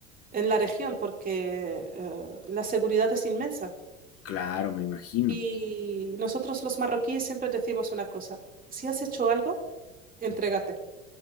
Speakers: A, on the right; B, on the left.
A: en la región, porque eh, la seguridad es inmensa.
B: claro, me imagino.
A: Y nosotros los marroquíes siempre decimos una cosa, si has hecho algo, entrégate.